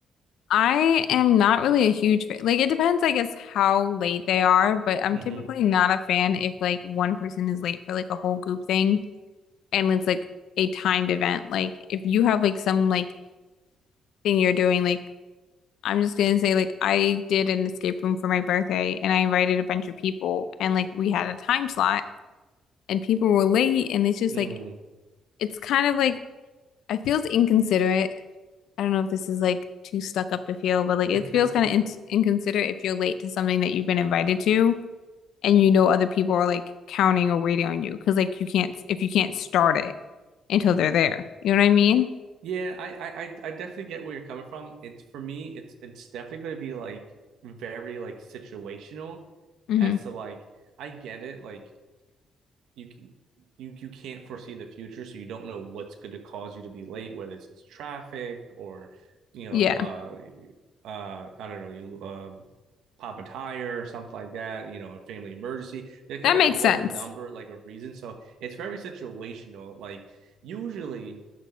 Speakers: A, on the left; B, on the right.
A: I am not really a huge fan. Like it depends, I guess, how late they are, but I'm
B: Mm-hmm.
A: typically not a fan if like one person is late for like a whole group thing and it's like a timed event. Like if you have like some like thing you're doing, like I'm just gonna say like I did an escape room for my birthday and I invited a bunch of people and like we had a time slot and people were late and it's just
B: Mm.
A: like it's kind of like it feels inconsiderate I don't know if this is like too stuck up to feel, but like it
B: <laughs>
A: feels kind of in inconsiderate if you're late to something that you've been invited to and you know other people are like counting or waiting on you because like you can't if you can't start it until they're there. You know what I mean?
B: Yeah, I, I I I definitely get where you're coming from. It's for me, it's it's definitely going to be like very like situational
A: hmm
B: as to like I get it. Like you can you you can't foresee the future, so you don't know what's going to cause you to be late, whether it's, it's traffic or you
A: Yeah.
B: know uh uh I don't know you um uh, pop a tire or something like that, you know, a family emergency. There could
A: That
B: be
A: makes
B: like a whole
A: sense.
B: number, like a reason. So it's very situational. Like usually